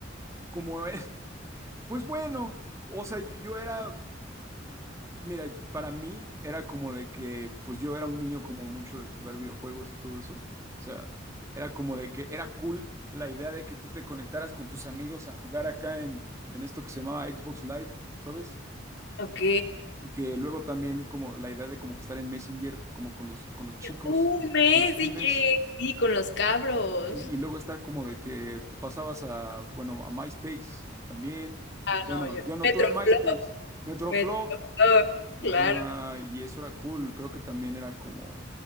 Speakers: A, on the right (about 15°); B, on the left (about 65°).
A: como, <laughs> pues bueno, o sea, yo yo era Mira, y- para mí era como de que, pues yo era un niño como mucho de jugar videojuegos y todo eso. O sea, era como de que era cool la idea de que tú te conectaras con tus amigos a jugar acá en, en esto que se llamaba Xbox Live, ¿sabes?
B: Ok.
A: Y que luego también como la idea de como que estar en Messenger, como con los, con los chicos,
B: Un mes
A: con los pibes,
B: y sí, con los cabros.
A: y, y luego estar como de que te pasabas a, bueno, a MySpace también.
B: Ah, no,
A: Bueno,
B: yo.
A: yo no
B: Metroflog,
A: tuve MySpace, Metroflog.
B: Metroflog,
A: Ajá,
B: claro,
A: y eso era cool, creo que también era como,